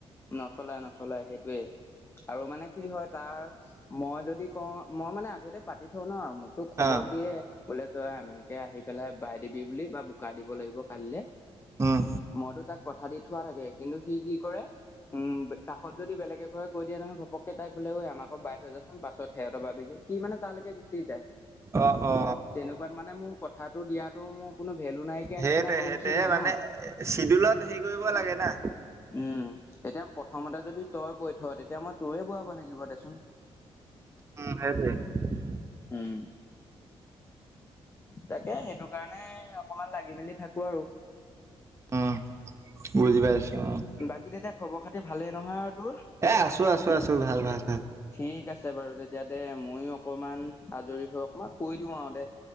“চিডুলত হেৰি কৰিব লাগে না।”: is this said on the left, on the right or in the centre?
Right